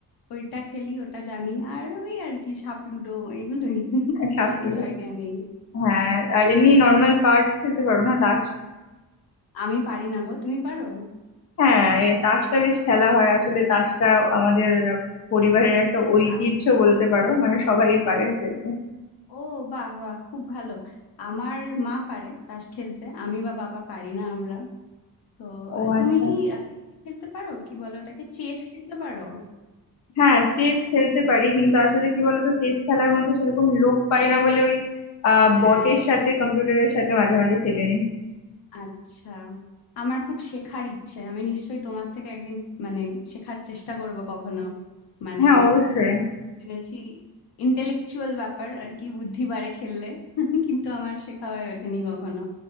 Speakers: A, on the left; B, on the left.
A: ওইটা খেলি ওটা জানি আর ওই আর কি সাপ লুডো এগুলোই <laughs> খুব
B: সাপ
A: বেশি কিছু
B: লুডো
A: আইডিয়া নেই
B: হ্যাঁ আর এমনি নর্মাল কার্ডস খেলতে পারো না তাস
A: আমি পারি না গো তুমি পারো
B: হ্যাঁ এ তাসটা বেশ খেলা হয় আসলে তাসটা আমাদের পরিবারের একটা ঐতিহ্য
A: আচ্ছা
B: বলতে পারো মানে সবাই পারে খেলতে
A: ও বাহ বাহ খুব ভালো আমার মা পারে তাস খেলতে আমি বা বাবা পারি না আমরা তো
B: ও
A: আহ, তুমি
B: আচ্ছা
A: কি আহ, খেলতে পারো কি বলো ওটাকে চেস খেলতে পারো
B: হ্যাঁ চেস খেলতে পারি কিন্তু আসলে কি বলতো চেস খেলার মতো সেরকম লোক পাই না বলে ওই আহ
A: হ্যাঁ
B: বটের সাথে কম্পিউটারের সাথে মাঝে মাঝে খেলে নি
A: আচ্ছা আমার খুব শেখার ইচ্ছে আমি নিশ্চয়ই তোমার থেকে একদিন মানে শেখার চেষ্টা করব কখনো মানে
B: হ্যাঁ অবশ্যই
A: খুব শুনেছি ইন্টেলেকচুয়াল ব্যাপার আর কি বুদ্ধি বাড়ে খেললে <laughs> কিন্তু আমার শেখা হয়ে ওঠেনি কখনো